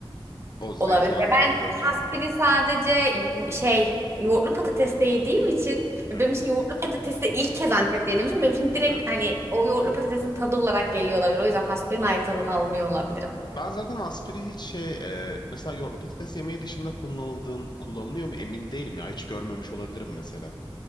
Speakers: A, on the left; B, on the right.
A: O zeytinyağının
B: olabilir. Ya
A: ağırlığının
B: Ben kasperi
A: yanında.
B: sadece şey yoğurtlu patatesle yediğim için ve
A: Hı hı.
B: benim için yoğurtlu patatesi de ilk kez Antep'te yediğim için benim için direkt
A: Evet.
B: hani o yoğurtlu patatesin tadı olarak geliyor olabilir. O yüzden hasperin ayrı tadını almıyor olabilirim.
A: Ben zaten aspiri hiç şey e, mesela yoğurtlu patates yemeği dışında kullanıldığın kullanılıyor mu emin değilim ya hiç görmemiş olabilirim mesela.